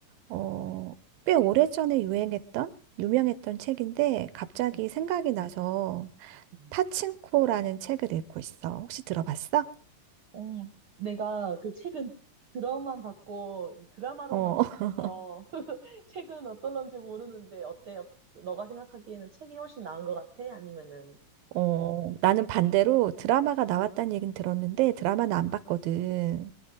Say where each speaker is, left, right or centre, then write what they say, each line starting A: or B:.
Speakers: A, on the right (about 80°); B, on the right (about 55°).
A: 어, 꽤 오래전에 유행했던, 유명했던 책인데 갑자기
B: 음.
A: 생각이 나서
B: 음.
A: 파친코라는 책을 읽고 있어. 혹시 들어봤어?
B: 어, 내가 그 책은 드라마만 봤고 이제 드라마로만
A: 어,
B: 접해서
A: <laughs>
B: <laughs> 책은 어떨런지 모르는데 어때? 어- 너가 생각하기에는 책이 훨씬 나은 것 같아? 아니면은
A: 어, 나는 반대로 드라마가 나왔다는 얘긴 들었는데 드라마는 안 봤거든.